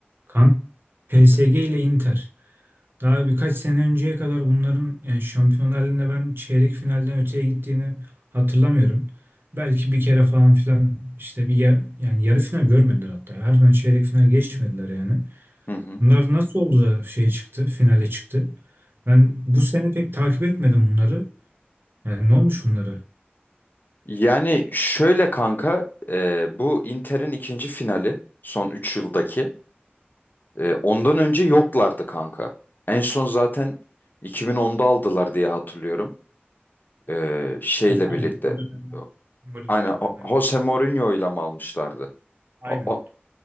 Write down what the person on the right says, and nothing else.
Kanka PSG ile Inter. Daha birkaç sene önceye kadar bunların yani Şampiyonlar Ligi'nde ben çeyrek finalden öteye gittiğini hatırlamıyorum. Belki bir kere falan filan işte bir ya- yani yarı final görmediler hatta. Harbiden çeyrek final geçmediler yani.
Bunlar nasıl oldu da şeye çıktı, finale çıktı? Ben bu sene pek takip etmedim bunları. Yani ne olmuş bunları?
Aynen
Yani o dönemler. Mourinho
dönemi.
Aynen.